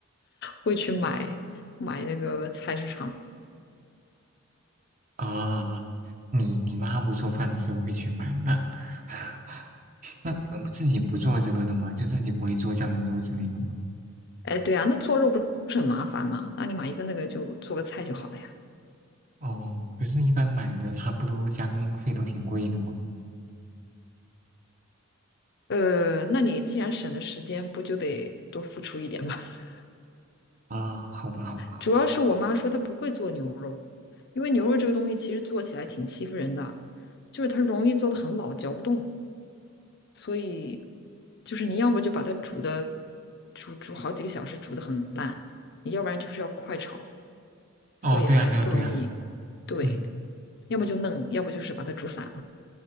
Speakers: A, on the left; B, on the right.
A: 会去买买那个菜市场
B: 啊，你你妈不做饭的时候会去买，那 <laughs> 那你们不自己不做这个的吗？就自己不会做酱牛肉之类的吗？
A: 哎，对啊，那做肉不是很麻烦吗？那你买一个那个就做个菜就好了呀。
B: 哦，可是，一般买的它不都加工费都挺贵的吗？
A: 呃，那你既然省了时间，不就得多付出一点吗？<laughs>
B: 啊，好吧，好吧。
A: 主要是我妈说她不会做牛肉，因为牛肉这个东西其实做起来挺欺负人的，就是它容易做的很老，嚼不动，所以就是你要么就把它煮的煮煮好几个小时，煮的很烂，你要不然就是要快炒，
B: 哦，
A: 所以还不容易。
B: 对啊，对啊，对啊。
A: 对，
B: 嗯
A: 要么就嫩，要不就是把它煮散了。